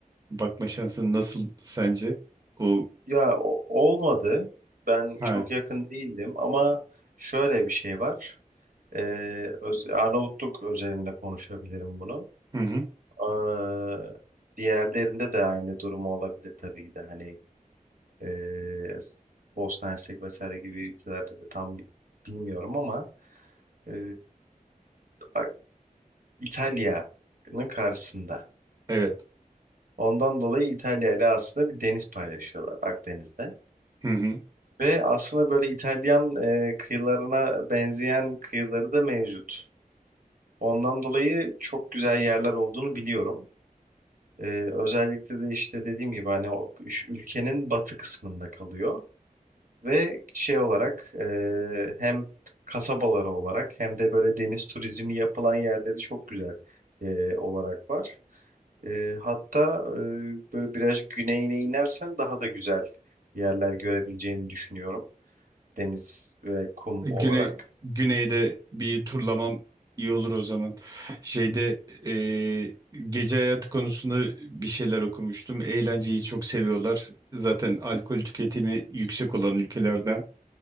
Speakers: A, on the right; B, on the right.
A: bakma şansın nasıl sence? O
B: Ya o- olmadı. Ben
A: ha
B: çok yakın değildim ama şöyle bir şey var. Ee, öz- Arnavutluk özelinde konuşabilirim bunu.
A: hı hı
B: Ee, diğerlerinde de aynı durumu olabilir tabii ki de. Hani ee, Bosna Hersek vesaire gibi ülkelerde de tam bi- bilmiyorum ama ee, A- İtalya'nın karşısında.
A: evet
B: Ondan dolayı İtalya ile aslında bir deniz paylaşıyorlar Akdeniz'de.
A: hı hı.
B: Ve aslında böyle İtalyan e, kıyılarına benzeyen kıyıları da mevcut. Ondan dolayı çok güzel yerler olduğunu biliyorum. E, özellikle de işte dediğim gibi hani o üç ülkenin batı kısmında kalıyor. Ve şey olarak e, hem kasabaları olarak hem de böyle deniz turizmi yapılan yerleri çok güzel e, olarak var. E, hatta e, böyle biraz güneyine inersen daha da güzel yerler görebileceğini düşünüyorum. Deniz ve kum
A: Güney
B: olarak.
A: güneyde bir turlamam iyi olur o zaman. Şeyde e, gece hayatı konusunda bir şeyler okumuştum. Eğlenceyi çok seviyorlar. Zaten alkol tüketimi yüksek olan ülkelerden